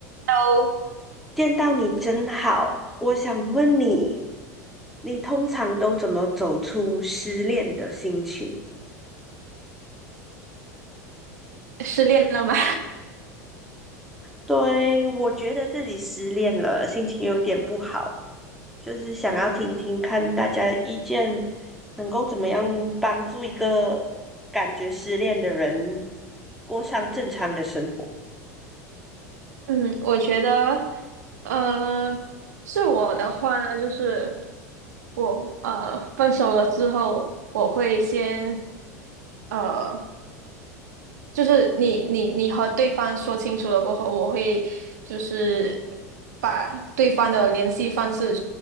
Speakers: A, on the right; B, in the centre.
A: 都
B: 见到你真好，我想问你，你通常都怎么走出失恋的心情？
A: 失恋了吗？
B: 对，我觉得自己失恋了，心情有点不好，就是想要听听看大家的意见，能够怎么样帮助一个感觉失恋的人过上正常的生活。
A: <laughs> 嗯，我觉得，呃，是我的话呢，就是我呃分手了之后，我会先呃，就是你你你和对方说清楚了过后，我会就是把对方的联系方式